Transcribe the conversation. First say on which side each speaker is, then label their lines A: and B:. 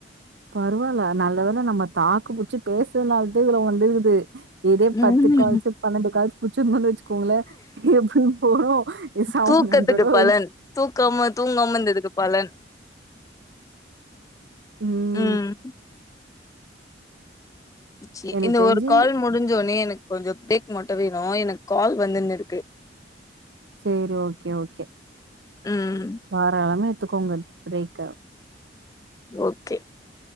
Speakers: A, on the right (about 75°); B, on the left (about 20°).
A: பரவால்ல நல்ல வேள நம்ம தாக்கு புச்சி பேசுறதுனாலதா இவ்ளோ வந்துக்குது இதே
B: ம்
A: பத்து கால்ஸூ பன்னெண்டு கால்ஸ் புச்சிருந்தோம் வச் சுக்கோங்களே எப்டி போறோ சவண்
B: தூக்கத்துக்கு
A: ஹண்ரடோ
B: பலன் தூக்காம தூங்காம இந்ததுக்கு பலன்
A: ம்
B: ம் ச்சி
A: எனக்கு
B: இந்த
A: தெரிஞ்சு
B: ஒரு கால் முடிஞ்சோன்னே எனக்கு கொஞ்சொ பிரேக் மட்டு வேணு எனக்கு கால் வந்துன்னு இருக்கு
A: சேரி ஓகே ஓகே
B: ம்
A: தாராளாம எத்துக்கோங்க பிரேக்க
B: ஓகே